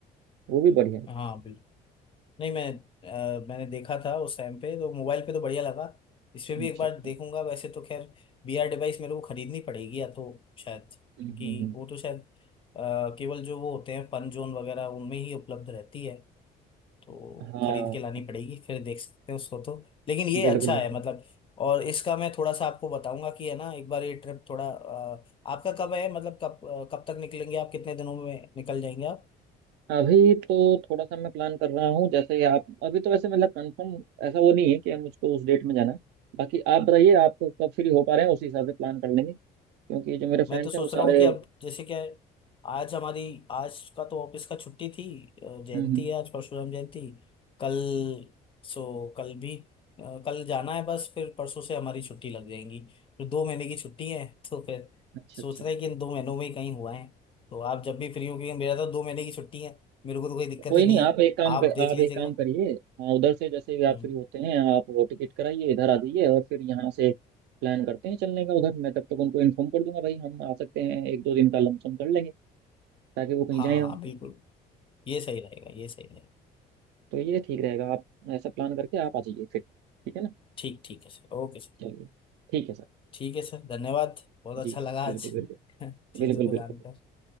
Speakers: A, on the right (about 80°); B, on the left (about 30°).
A: वो भी बढ़िया है
B: हाँ नहीं मैं अ, मैंने देखा था उस टाइम पे तो मोबाइल पे तो बढ़िया लगा इस पे भी
A: अच्छा
B: एक बार
A: अच्छा।
B: देखूंगा वैसे तो खैर बीआर डिवाइस मेरे को खरीदनी पड़ेगी या तो शायद
A: हम्म,
B: क्योंकि
A: हम्म, हम्म।
B: वो तो शायद अ, केवल जो वो होते हैं फन जोन वगैरह उनमें ही उपलब्ध रहती है तो
A: हाँ
B: खरीद के लानी पड़ेगी फिर देख सकते हैं उसको तो लेकिन ये
A: बिल्कुल
B: अच्छा
A: बिल्कुल
B: है मतलब और इसका मैं थोड़ा सा आपको बताऊंगा कि है ना एक बार ये ट्रिप थोड़ा अ, आपका कब है मतलब कब अ, कब तक निकलेंगे आप कितने दिनों में निकल जाएंगे
A: अभी तो थोड़ा सा मैं प्लान कर रहा हूँ जैसे ही आप अभी तो वैसे मतलब कंफर्म ऐसा वो नहीं है कि मुझको उस डेट में जाना है बाकी आप बताइए आप कब फ्री हो पा रहे हैं उसी हिसाब से प्लान कर लेंगे क्योंकि जो मेरे
B: मैं
A: फ्रेंड्स
B: तो सोच
A: हैं वो
B: रहा
A: सारे
B: हूँ कि अब जैसे क्या है आज हमारी आज का तो ऑफिस का छुट्टी थी अ, जयंती
A: हम्म हम्म,
B: है आज परशुराम जयंती कल सो कल भी अ, कल जाना है बस फिर परसों से हमारी छुट्टी लग जाएंगी फिर दो महीने की छुट्टी है <laughs> तो फिर
A: अच्छा
B: सोच
A: अच्छा
B: रहे हैं कि इन दो महीनों में ही कहीं हुआ है तो आप जब भी फ्री हो क्योंकि मेरा तो दो महीने की छुट्टी है मेरे को तो कोई दिक्कत
A: तो कोई
B: ही नहीं
A: नहीं
B: है
A: आप एक काम
B: आप
A: कर
B: देख
A: आप
B: लीजिएगा
A: एक काम करिए हाँ उधर से जैसे भी आप
B: हम्म
A: फ्री होते हैं आप वो टिकट कराइए इधर आ जाइए और फिर यहाँ से प्लान करते हैं चलने का उधर मैं तब तक उनको इन्फॉर्म कर दूंगा भाई हम आ सकते हैं एक दो दिन का लमसम कर लेंगे ताकि वो कहीं
B: हाँ
A: जाए ना
B: हाँ बिल्कुल ये सही रहेगा ये सही रहेगा
A: तो ये ठीक रहेगा आप ऐसा प्लान करके आप आ जाइए फिर ठीक है ना
B: ठीक ठीक है सर ओके सर
A: चलिए ठीक है सर
B: ठीक है सर धन्यवाद बहुत अच्छा
A: जी
B: लगा
A: बिल्कुल
B: आज
A: बिल्कुल
B: <laughs> चीज़ों
A: बिल्कुल
B: को
A: बिल्कुल
B: जानकर